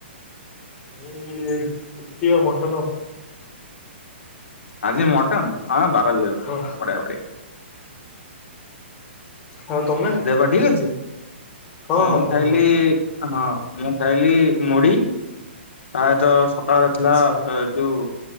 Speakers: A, on the left; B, on the left.
A: ଏ ରୁଟି ଆଉ ମଟନ ଆଉ।
B: ଆଜି ମଟନ ହଁ ବାର ବି ଅଛି
A: ହଁ
B: ବଢିଆ ବଢିଆ।
A: ଆଉ ତମେ
B: ଦେହ ପା ଠିକ ଅଛି
A: ହଁ
B: ମୁଁ
A: ହଁ
B: ଖାଇଲି
A: ଭଲ
B: ହଁ ମୁଁ ଖାଇଲି ମୁଢି ତାପରେତ ସକାଳ ଥିଲା
A: ଆଚ୍ଛା
B: ଯୋଉ